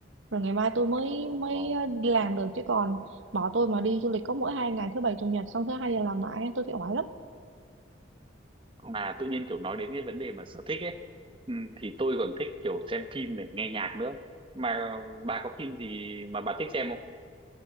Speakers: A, on the right (about 80°); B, on the right (about 25°).
A: rồi ngày mai tôi mới
B: Ờ.
A: mới ờ, đi làm được chứ còn bỏ tôi mà đi du lịch có mỗi hai ngày thứ bảy chủ nhật xong thứ hai giờ làm lại tôi thấy oải lắm
B: mà tự nhiên kiểu nói đến cái vấn đề mà sở thích ấy ừ, thì tôi còn thích kiểu xem phim này nghe nhạc nữa mà bà có phim gì mà bà thích xem không